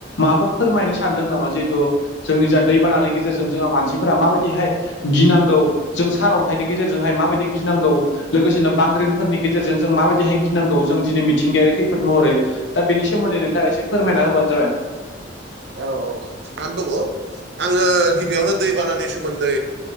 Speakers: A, on the left; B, on the right.
A: माबाफोर फोरमायनो सानदों नामा जे थु जोंनि जा दैबानानि गेजेरजों जोंहा मानसिफोरा माबायदिहाय गिनांगौ जों सारअन्थाइनि गेजेरजोंहाय माबायदि गिनांगौ लोगोसेनो बांग्रिंफोरनि गेजेरजों जों माबायदिहाय गिनांगौ जों दिनै मिथिंगायारि खैफोद महरै दा बिनि सोमोन्दै नोंथाङा एसे फोरमायना होबानो जाबाय
B: औ औ थिगानो दङ। आङो गिबियावनो दैबानानि सोमोन्दै